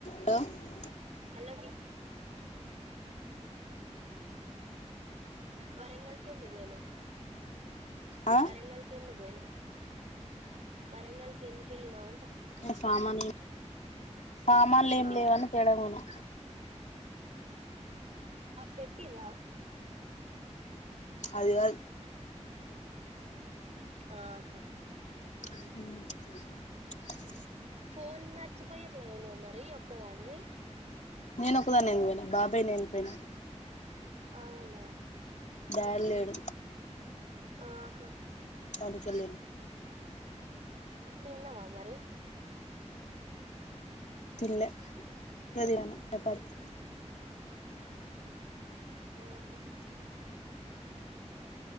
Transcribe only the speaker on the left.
హలో
ఆ
అ సామాని సమాలు ఏం
లెవ్ అని తేడాకిపోయినా
అదిగా
అ <unintelligible>
నేను ఒక్కడినే ఎందుకు పోయిన బాబాయ్ నేనపోయినా
దడలేడు
పనికి ఏలిండు
తిన్నాల్ ఎపుడు చపాతీ